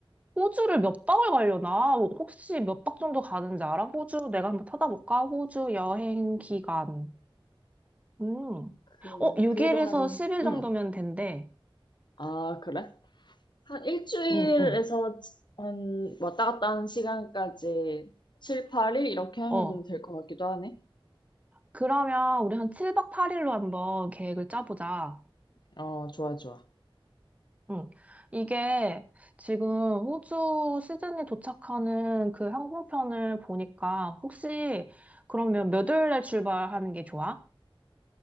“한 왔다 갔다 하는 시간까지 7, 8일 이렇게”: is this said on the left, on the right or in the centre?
Left